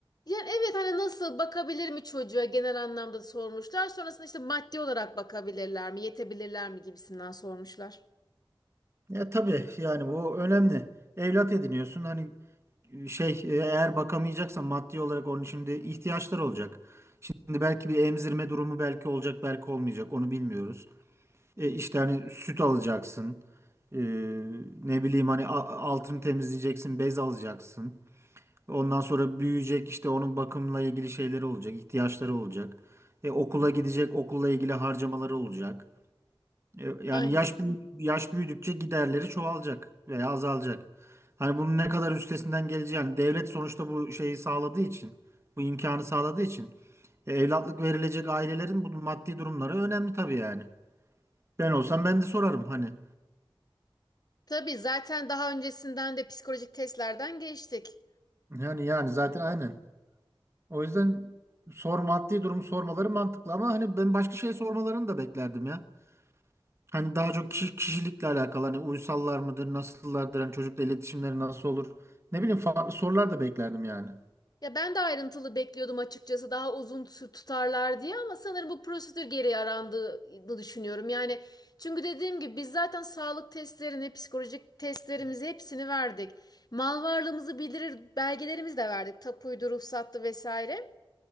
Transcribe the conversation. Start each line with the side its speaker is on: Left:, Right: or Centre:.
Left: Yani evet hani nasıl bakabilir mi çocuğa genel anlamda sormuşlar. Sonrasında işte maddi olarak bakabilirler mi, yetebilirler mi gibisinden sormuşlar.
Right: Ya tabii yani bu önemli. Evlat ediniyorsun hani şey e, eğer bakamayacaksan maddi olarak onun şimdi ihtiyaçları olacak. Şimdi belki bir emzirme durumu belki olacak belki olmayacak onu bilmiyoruz. E, işte hani süt alacaksın. E, ne bileyim hani a- altını temizleyeceksin, bez alacaksın. Ondan sonra büyüyecek işte onun bakımla ilgili şeyleri olacak, ihtiyaçları olacak. E, okula gidecek, okulla ilgili harcamaları olacak. E, yani
Left: Aynen.
Right: yaş büyü- yaş büyüdükçe giderleri çoğalacak veya azalacak. Hani bunun ne kadar üstesinden geleceğini yani devlet sonuçta bu şeyi sağladığı için, bu imkanı sağladığı için e, evlatlık verilecek ailelerin bu maddi durumları önemli tabii yani. Ben olsam ben de sorarım hani.
Left: Tabii zaten daha öncesinden de psikolojik testlerden geçtik.
Right: Yani yani zaten aynen. O yüzden sor maddi durum sormaları mantıklı ama hani ben başka şey sormalarını da beklerdim ya. Hani daha çok kişi, kişilikle alakalı hani uysallar mıdır, nasıllardır, hani çocukla iletişimleri nasıl olur? Ne bileyim farklı sorular da beklerdim yani.
Left: Ya ben de ayrıntılı bekliyordum açıkçası daha uzun tu- tutarlar diye ama sanırım bu prosedür geri arandığını düşünüyorum. Yani çünkü dediğim gibi biz zaten sağlık testlerini, psikolojik testlerimizi hepsini verdik. Mal varlığımızı bildirir belgelerimizi de verdik. Tapuydu, ruhsattı vesaire.